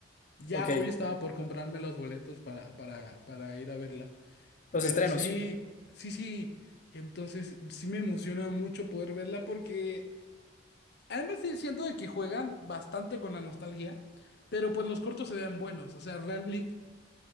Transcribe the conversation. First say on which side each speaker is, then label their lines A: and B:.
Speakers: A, on the left (about 55°); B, on the left (about 40°).
A: Ya
B: Ok.
A: hoy estaba por comprarme los boletos para, para, para ir a verla.
B: Los
A: Pero
B: estrenos.
A: sí, sí, sí. Entonces sí me emociona mucho poder verla porque además sí siento de que juegan bastante con la nostalgia, pero pues los cortos se ven buenos. O sea, realmente,